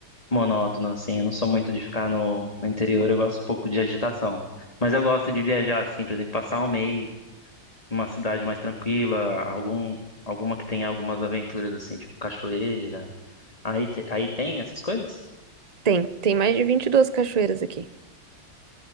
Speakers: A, on the left; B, on the right.
A: monótono, assim. Eu não sou muito de ficar no, no interior, eu gosto um pouco de agitação. Mas eu gosto de viajar, assim, por exemplo, passar um mês numa cidade mais tranquila, algum, alguma que tenha algumas aventuras, assim, tipo cachoeira. Aí, te- aí tem essas coisas?
B: Tem, tem mais de 22 cachoeiras aqui.